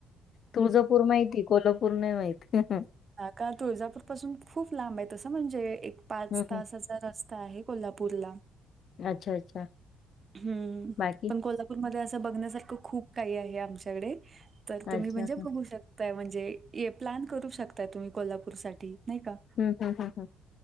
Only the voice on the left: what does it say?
तुळजापूर माहिती कोल्हापूर न माहती हम हं
हम्
अच्छा अच्छा
बाकी
अच्छा
हम्म
हम् हम हम हं